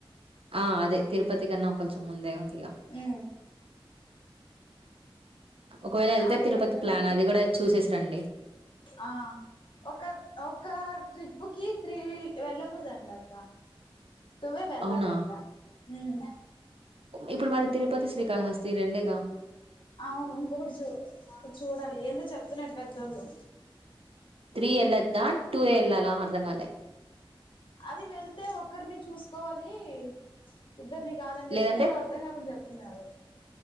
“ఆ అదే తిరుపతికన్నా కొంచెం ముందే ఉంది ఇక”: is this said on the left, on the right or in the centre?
Right